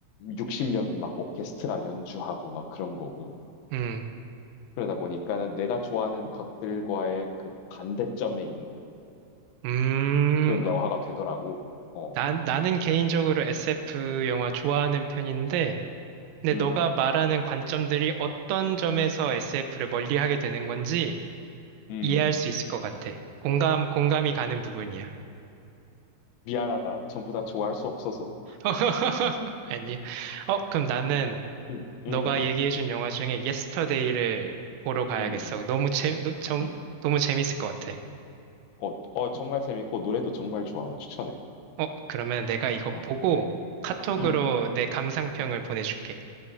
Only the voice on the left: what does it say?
육십 명이 막 오케스트라 연주하고 막 그런 거고
그러다 보니까는 내가 좋아하는 것들과의 그 반대점에 있는
그런 영화가 되더라고. 어,
음,
음,
미안하다. 전부 다 좋아할 수 없어서.
음, 음,
음,
음.
음.
어, 어, 정말 재밌고, 노래도 정말 좋아. 추천해.
어,
음,
음,
음.